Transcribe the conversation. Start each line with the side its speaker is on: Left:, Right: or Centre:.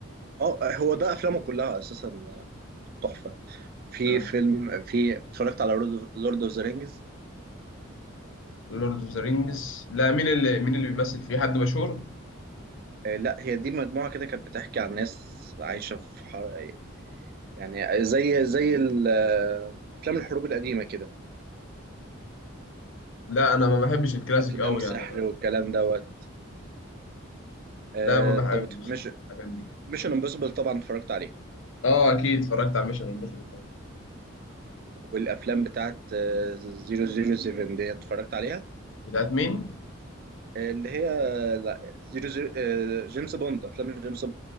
Right: اه هو ده افلامه كلها اساسا تحفه في
Left: أه
Right: فيلم في اتفرجت على لورد اوف ذا رينجز
Left: لورد اوف ذا رينجز لا مين اللي مين اللي بيمثل فيه حد مشهور
Right: لا هي دي مجموعة كده كانت بتحكي عن ناس عايشة في حر... يعني زي زي ال- آه، أفلام الحروب القديمة كده
Left: لا انا ما بحبش الكلاسيك
Right: أفلام
Left: قوي
Right: سحر
Left: يعني ما.
Right: والكلام دوت آه،
Left: لا ما بحبش
Right: طب مش
Left: الحاجات دي
Right: ميشن امبوسيبل طبعا اتفرجت عليها
Left: اه اكيد اتفرجت على ميشن امبوسيبل طبعا
Right: والأفلام بتاعت آه، زيرو زيرو سيفن دي اتفرجت عليها
Left: بتاعت مين
Right: آه، اللي هي لا زيرو زيرو آه، جيمس بوند أفلام جيمس